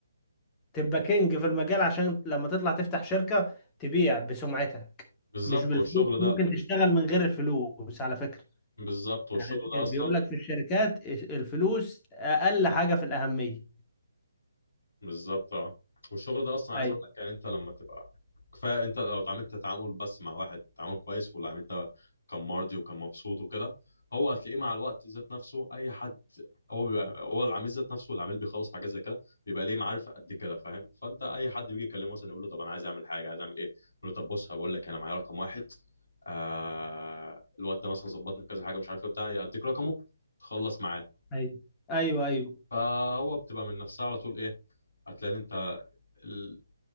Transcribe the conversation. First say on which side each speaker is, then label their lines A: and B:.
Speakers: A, on the left; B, on the left.
A: تبقى كينج في المجال عشان لما تطلع تفتح شركة تبيع بسمعتك
B: بالظبط
A: مش بالفلوس
B: والشغل ده
A: ممكن تشتغل من غير الفلوس على فكرة
B: بالظبط والشغل
A: يعني
B: ده
A: بيقول
B: اصلا
A: لك في الشركات الفلوس اقل حاجه في الاهميه
B: بالظبط اه والشغل ده اصلا عايز
A: ايوه
B: اقول لك يعني انت لما تبقى كفايه انت لو اتعاملت تعامل بس مع واحد تعامل كويس والعميل ده كان مرضي وكان مبسوط وكده هو هتلاقيه مع الوقت ذات نفسه اي حد هو بيبقى هو العميل ذات نفسه والعميل بيخلص في حاجات زي كده بيبقى ليه معارف قد كده فاهم فانت اي حد بيجي يكلمه مثلا يقول له طب انا عايز اعمل حاجه عايز اعمل ايه يقول له طب بص هقول لك انا معايا رقم واحد آه الواد ده مثلا ظبطني في كذا حاجه مش عارف ايه بتاع يديك رقمه تخلص معاه
A: ايوه ايوه ايوه
B: فهو بتبقى من نفسها على طول ايه هتلاقي إن انت ال-